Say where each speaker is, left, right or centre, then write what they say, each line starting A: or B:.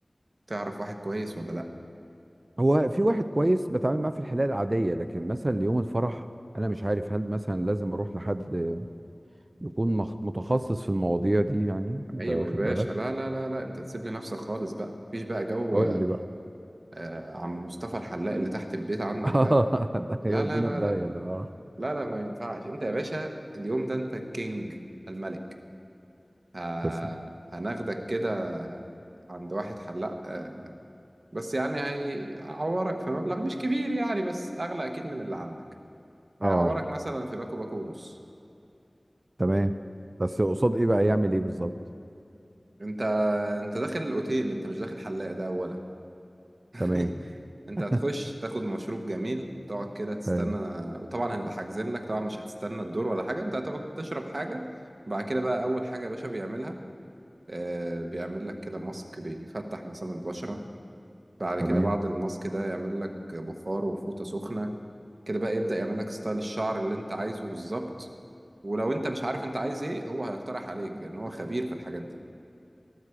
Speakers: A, on the right (about 60°); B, on the right (about 45°).
A: تعرف واحد كويس ولا لأ
B: هو في واحد كويس بتعامل معاه في الحالة العادية لكن مثلا ليوم الفرح أنا مش عارف هل مثلا لازم أروح لحد يكون مخ- متخصص في المواضيع دي يعني أنت
A: أيوة
B: واخد
A: يا باشا
B: بالك؟
A: لا لا لا لا أنت تسيب لي نفسك خالص بقى مفيش بقى جو
B: قول لي بقى
A: آه عم مصطفى الحلاق اللي تحت البيت عندك
B: <laughs> آه،
A: ده
B: ده
A: لا
B: هيودينا
A: لا لا
B: في داهية
A: لا
B: ده أه
A: لا لا ما ينفعش انت يا باشا اليوم ده انت الكينج انت الملك ه...
B: تسلم
A: هناخدك كده عند واحد حلاق آه، بس يعني هيعورك في مبلغ مش كبير يعني بس اغلى اكيد من اللي عندك
B: أه
A: هيعورك مثلا في باكو باكو ونص
B: تمام بس قصاد إيه بقى يعمل إيه بالظبط؟
A: انت انت داخل الاوتيل انت مش داخل حلاق ده اولا <laughs>
B: تمام
A: انت
B: <laughs>
A: هتخش تاخد مشروب جميل تقعد كده تستنى
B: حلو
A: وطبعا هنبقى حاجزين لك طبعا مش هتستنى الدور ولا حاجه انت هتاخد تشرب حاجه بعد كده بقى اول حاجه يا باشا بيعملها آه، بيعمل لك كده ماسك بيفتح مسام البشرة بعد
B: تمام
A: كده بعد الماسك ده يعمل لك بخار وفوطة سخنة كده بقى يبدأ يعمل لك ستايل الشعر اللي انت عايزه بالظبط ولو انت مش عارف انت عايز ايه هو هيقترح عليك لان هو خبير في الحاجات دي